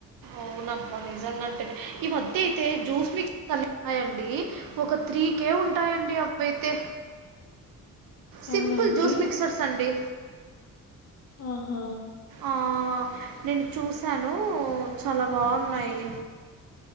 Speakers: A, on the right; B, on the left.
A: అవును అబ్బా నిజంగా అంటే ఈ మధ్య అయితే జ్యూస్ మిక్సర్ అన్ని పాయే అండి ఒక త్రీ కేే ఉంటాయండి అవి అయితే సింపుల్
B: అవునా అండి?
A: జ్యూస్ మిక్సర్స్ అండి
B: ఆహా
A: ఆ నేను చూశాను చాలా బాగున్నాయి.